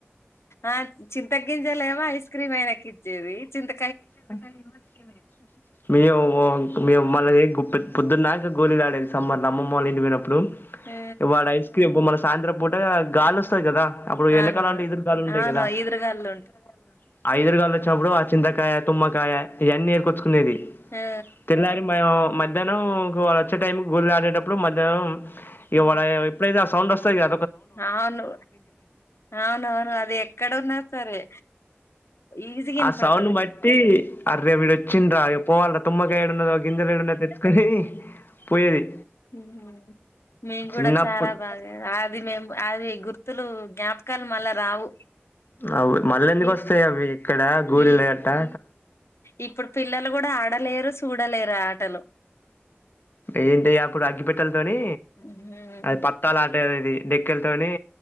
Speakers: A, on the left; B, on the left.
A: ఆ చింతగ్గించాలమో ఐస్ క్రీమ్ అయినకి ఇచ్చేది చింత
B: చింతకాయలేమో తీసుకుపోయేది మేము ఓ మల్ల పోయి గుప్ పొద్దున్నాక గోళీలు ఆడేది సమ్మర్ అమ్మమ్మ వాళ్ల ఇంటికి పోయినప్పుడు
A: ఆ!
B: వాడు ఐస్ క్రీమ్ బొమ్మల సాయంత్రం పూట గాలి వస్తంది కదా అప్పుడు
A: అవునవును
B: ఎనకలులాంటి ఈదురు గాలిలు ఉంటాయి
A: అవును
B: కదా
A: ఈదురుగాళ్ళు
B: ఆ ఈదురు గాలులు ఉంటాయి ఆ ఇదురుగాలు వచ్చినప్పుడు చింతకాయ తుమ్మకాయ ఇవన్నీ ఏర్కొచ్చుకునేది
A: ఆ
B: తెల్లారి మేము మధ్యాహ్నం ఇంక వాడు వచ్చే టైం కి గోళీలు ఆడేటప్పుడు మధ్యాహ్నం
A: హ్మ్.
B: ఇంక వాడు ఎప్పుడైతే వస్తడో సౌండ్ వస్తదిగా
A: అవును అవునవును అది ఎక్కడ ఉన్నా సరే ఈజీగా వినపడుతది
B: ఆ సౌండ్ని బట్టి అరేవిడొచ్చిండ్ర ఇగ పోవాల్రా తమ్మకాయాడున్నదో గింజలు యాడున్నయ్యో తెచ్చుకొని పోయేది
A: ఉ మేం
B: చిన్నప్పుడు
A: కూడా చాలా బాగా అది మేము అది గుర్తులు జ్ఞాపకాలు మళ్ల రావు
B: అవ్ మళ్ళ ఎందుకు
A: ఇప్
B: వస్తాయి అవి ఇక్కడ గోళీల
A: ఈ
B: ఆట
A: ఇప్పుడు పిల్లలు కూడా ఆడలేరు చూడలేరు ఆటలు
B: ఏంటియ అప్పుడు అగ్గిపెట్టలతోని
A: హ్మ్.
B: అది పత్తాల ఆ అేదిది డెక్కెలతోని